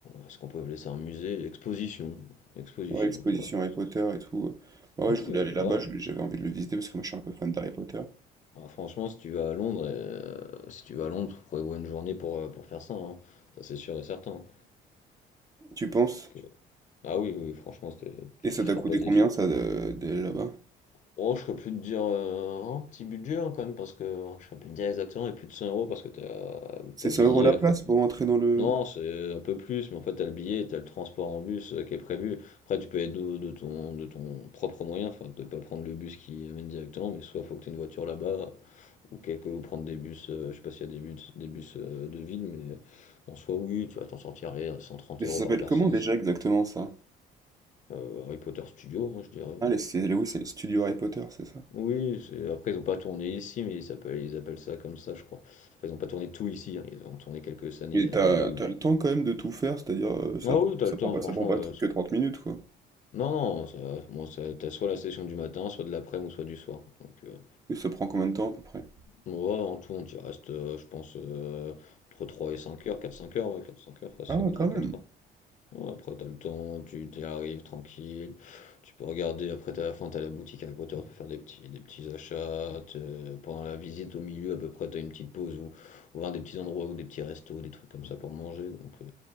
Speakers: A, on the left; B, on the right.
A: Est-ce qu'on peut appeler ça un musée? Une Exposition. Une Exposition,
B: Ouais, l'exposition
A: on pourrait appeler
B: Harry
A: ça.
B: Potter et tout. euh. Bah
A: Oui,
B: ouais, je voulais aller là-bas,
A: va.
B: je j'avais envie de le visiter parce que moi, je suis un peu fan d'Harry Potter.
A: Ah, franchement, si tu vas à Londres, euh, si tu vas à Londres, tu prévois une journée pour, euh, pour faire ça. hein. Ça, c'est sûr et certain. hein,
B: Tu penses?
A: Parce que- Ah oui, oui, franchement, c'était- tu,
B: Et ça
A: tu seras
B: t'a coûté
A: pas déçu.
B: combien, ça, de- d'aller là-bas?
A: Oh, je serais plus de dire euh, un petit budget hein, quand même, parce que je serais plus de dire exactement, mais plus de 100 euros parce que t'as
B: C'est
A: t'as
B: 100
A: le billet.
B: euros la
A: Après,
B: place pour entrer dans le...
A: non, c'est un peu plus, mais en fait, t'as le billet, t'as le transport en bus euh, qui est prévu. Après, tu peux être de, de ton, de ton propre moyen, enfin, de pas prendre le bus qui amène directement, mais soit faut que t'aies une voiture là-bas, ou quelque, ou prendre des bus, euh, je sais pas s'il y a des bus, des bus euh, de ville, mais en soi, oui, tu vas t'en sortir allez, à 130
B: Mais
A: euros
B: ça s'appelle
A: par personne.
B: comment déjà exactement, ça?
A: Euh, Harry Potter Studio, hein, je dirais. ouais.
B: Ah, les, c'est, oui, c'est les studios Harry Potter, c'est ça?
A: Oui, c'est- après ils ont pas tourné ici, mais ils appellent, ils appellent ça comme ça, je crois. Enfin, ils ont pas tourné tout ici, hein, Ils ont tourné quelques années
B: Mais
A: euh,
B: t'as
A: là-bas, mais.
B: t'as le temps quand même de tout faire, c'est-à-dire, heu, ça
A: Ah oui, t'as
B: ça
A: le
B: prend
A: temps,
B: pas
A: franchement.
B: ça prend pas
A: euh,
B: trop
A: c-
B: que 30 minutes, quoi?
A: Non, non, ça, moi, ça, t'as soit la session du matin, soit de l'après-midi ou soit du soir. Donc, euh,
B: Et ça prend combien de temps à peu près?
A: ouais, en tout, on y reste, euh, je pense, euh, entre 3 et 5 heures, quatre-cinq heures, ouais, 4-5 heures facile
B: Ah ouais,
A: ou trois-quatre
B: quand même!
A: heures. Ouais, après, t'as le temps, tu t'y arrives tranquille. Tu peux regarder, après, t'as la fin, t'as la boutique Harry Potter, tu peux faire des petits, des petits achats. t'es- Pendant la visite au milieu, à peu près, t'as une petite pause ou voir des petits endroits ou des petits restos, des trucs comme ça pour manger. Donc, euh,